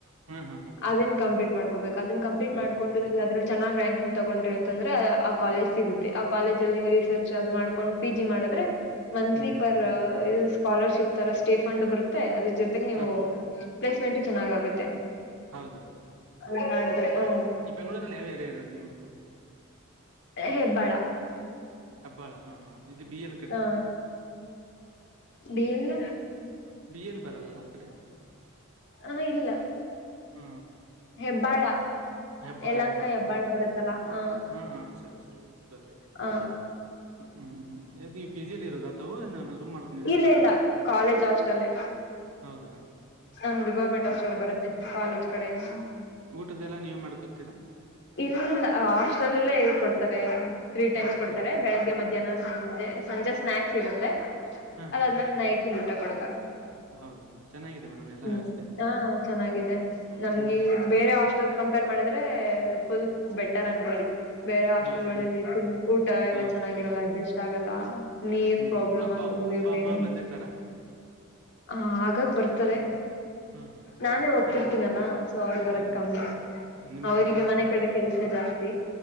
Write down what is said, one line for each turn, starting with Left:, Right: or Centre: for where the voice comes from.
Right: ಹ್ಮ್ ಹ್ಮ್ ಹ್ಮ್
Left: ಅದನ್ ಕಂಪ್ಲೀಟ್ ಮಾಡ್ಕೋಬೇಕು ಅದನ್ನ ಕಂಪ್ಲೀಟ್
Right: ಹೌದಾ
Left: ಮಾಡ್ಕೊಂಡು ನೀವು ಅದ್ರ ಚೆನ್ನಾಗ ರ್ಯಾಂಕಿಂಗ್ ತಗೊಂಡ್ರಿ ಅಂತಂದ್ರೆ ಆ ಕಾಲೇಜ್ ಸಿಗುತ್ತೆ ಆ ಕಾಲೇಜ ಅಲ್ಲಿ ನೀವು ರಿಸರ್ಚ್ ಅದು ಮಾಡ್ಕೊಂಡು ಪಿ ಜಿ ಮಾಡಿದ್ರೆ ಮಂತ್ಲಿ
Right: ಹ್ಮ್ ಹ್ಮ್
Left: ಪರ್ ಇದು ಸ್ಕಾಲರ್ಶಿಪ್ ತರ ಸ್ಟೇ ಫಂಡ್ ಬರುತ್ತೆ ಜೊತೆಗ್ ನೀವು
Right: ಹ್ಮ್
Left: ಪ್ಲೇಸ್ಮೆಂಟ್ ಚೆನ್ನಾಗ ಆಗುತ್ತೆ
Right: ಹೌದಾ
Left: ಹಂಗ ಮಾಡಿದ್ರೆ ಹ್ಮ
Right: ಬೆಂಗಳೂಲ್ಲಿ ಯಾವ ಏರಿಯಾ ಇರೋದ ನೀವು
Left: ಹೆಬ್ಬಾಳ
Right: ಹೆಬ್ಬಾಳ ಹಾ ಹಾ ಇದು ಬಿ ಎ
Left: ಹಾ ಬಿ ಎಲ
Right: ಬಿ ಎಲ್ ಬರಲ್ಲಲ್ಲ ಕಡೆ
Left: ಹ ಇಲ್ಲ
Right: ಹೂ
Left: ಹೆಬ್ಬಾಳ
Right: ಹೆಬ್ಬಾಳ
Left: ಯಲಂಕ
Right: ಹೆಬ್ಬಾಳ
Left: ಬರುತ್ತಲ್ಲ
Right: ಹಾ
Left: ಹ
Right: ಹಾ ಸರಿ ಸರಿ ಗೊತ್ತಾಯ್ತು
Left: ಹ
Right: ಹ್ಮ್ ಹ್ಮ್ ಈದಿ ಪಿಜಿಯಲ್ಲಿ ಇರೋದ ಅಥಾವ ರೂಮ್ ಮಾಡ್ಕೊಂಡಿದ್ರಾ.
Left: ಇಲ್ಲ ಇಲ್ಲ ಕಾಲೇಜ್ ಹಾಸ್ಟೆಲ್ಲೆ
Right: ಹೌದಾ
Left: ಅಂದು ಗೌರ್ಮೆಂಟ್
Right: ಹ್ಮ್
Left: ಹಾಸ್ಟೆಲ್ ಬರತ್ತೆ. ಕಾಲೇಜ್ ಕಡೆಇನ್.
Right: ಊಟದ್ದೆಲ್ಲ ನೀವು ಮಾಡ್ಕೊತೀರಾ.
Left: ಇಲ್ಲ ಹಾಸ್ಟೆಲಲ್ಲೆ ಕೊಡ್ತಾರೆ ತ್ರೀ
Right: ಹ್ಮ್
Left: ಟೈಮ್ಸ್ ಕೊಡ್ತಾರೆ.
Right: ಹ
Left: ಬೆಳಿಗ್ಗೆ ಮಧ್ಯಾಹ್ನ ಸಂಜೆ ಸಂಜೆ ಸ್ನಾಕ್ಸ್ ಇರುತ್ತೆ
Right: ಹಾ
Left: ಅದಾದ್ಮೇಲೆ
Right: ಹಾ
Left: ನೈ ಟುಬು ಊಟ ಕೊಡ್ತಾರೆ.
Right: ಹೌದಾ ಚೆನ್ನಾಗಿದೆ ಮೇಡಮ್ ಎಲ್ಲಾ
Left: ಹ್ಮ್
Right: ವ್ಯವಸ್ಥೆ
Left: ಹ ಚೆನ್ನಾಗಿದೆ ನಮ್ಗೆ.
Right: ಹ್ಮ್ ಹ್ಮ್
Left: ಬೇರೆ ಹಾಸ್ಟೆಲ್ ಕಂಪೇರ್ ಮಾಡಿದ್ರೆ ಫುಲ್ ಬೆಟರ್ ಅನ್ಕೊಳ್ಳಿ. ಬೇರೆ
Right: ಹ್ಮ್
Left: ಹಾಸ್ಟೆಲ್ಗಳಲ್ಲಿ
Right: ಹೌದಾ
Left: ತುನ್ ಊಟ ಎಲ್ಲಾ
Right: ಹೌದೌದು
Left: ಚೆನ್ನಾಗಿರಲ್ಲ ಅಡ್ಜಸ್ಟ್ ಆಗಲ್ಲಾ. ನೀರ್
Right: ಹ್ಮ್
Left: ಪ್ರಾಬ್ಲಮ್
Right: ಹ್ಮ್ ಅಪ್ಪ
Left: ಆಗಿರ್ಬೋದು
Right: ಅಪ್ಪ
Left: ಬೇರೇ.
Right: ಅಮ್ಮ ಬಂದಿರ್ತಾರ
Left: ಹ ಆಗಾಗ ಬರ್ತಾರೆ
Right: ಹ್ಮ್ ಹ್ಮ್
Left: ನಾನೇ ಹೋಗ್ತಿರ್ತೀನಲ್ಲಾ ಸೊ ಅವ್ರಿ ಬರದ್
Right: ಅದೇ
Left: ಕಮ್ಮಿ
Right: ಅದೇ ನಿಮ್ಗೆ
Left: ಅವ್ರಿಗೆ
Right: ಹತ್ರ ಆಗತ್ತೆ
Left: ಮನೆ ಕಡೆ ಕೆಲ್ಸ ಜಾಸ್ತಿ.